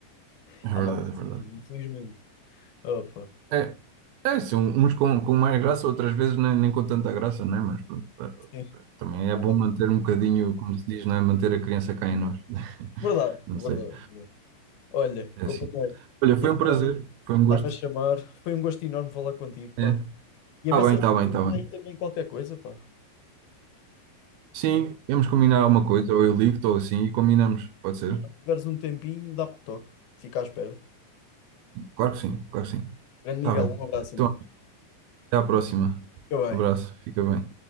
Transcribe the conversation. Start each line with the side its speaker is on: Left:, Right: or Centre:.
Left: <laughs>
Right: é
Left: Há
Right: verdade,
Left: malta
Right: é verdade.
Left: assim, infelizmente. Opa,
Right: É, é sim, uns com, com mais graça, outras vezes nem, nem com tanta graça, né? Mas pronto, tá-
Left: sim,
Right: também é
Left: é
Right: bom manter um bocadinho, como se diz, não é? Manter a criança cá em nós. <laughs>
Left: verdade,
Right: Não
Left: verdade,
Right: sei,
Left: é verdade. é verdade. Olha,
Right: é
Left: companheiro,
Right: assim. Olha,
Left: minha
Right: foi um prazer,
Left: namorada
Right: foi um
Left: está-me
Right: gosto.
Left: a chamar, foi um gosto enorme falar contigo, pá.
Right: É.
Left: E
Right: Tá
Left: a ver
Right: bem,
Left: se a gente
Right: tá bem,
Left: tem
Right: tá bem.
Left: aí também qualquer coisa, pá.
Right: Sim,
Left: Se
Right: vamos combinar alguma coisa, ou eu ligo, ou assim, e combinamos, pode ser?
Left: tiveres um tempinho, dá-me um toque. Fica à espera.
Right: Claro que sim, claro que sim.
Left: Grande Miguel,
Right: Tá bem.
Left: um abraço,
Right: Então,
Left: amigo.
Right: até à próxima.
Left: Fica bem.
Right: Abraço, fica bem.